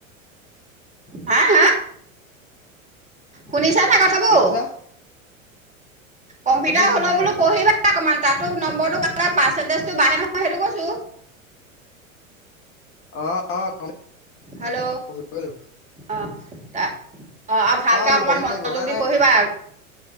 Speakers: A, on the right (about 15°); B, on the left (about 30°).
A: হা হা। শুনিছা নাই কথাবোৰ,
B: কি কৈছা
A: কম্পিউটাৰ
B: শুনিছো
A: হলেওঁ
B: শুনিছো
A: বোলো পঢ়িবা। অকণমান তাতো নম্বৰটো পালে, পাৰ্চেণ্টেজটো বাঢ়ে নহয় সেইটো কৈছো।
B: অ অ'
A: হেল্ল'
B: পঢ়িবই লাগিব।
A: অ', ত' অ' আৰু ভালকে
B: বোলো
A: অকমান
B: পঢ়িব
A: মনোযোগ
B: লাগিব শুনা
A: দি
B: নাই
A: পঢ়িবা।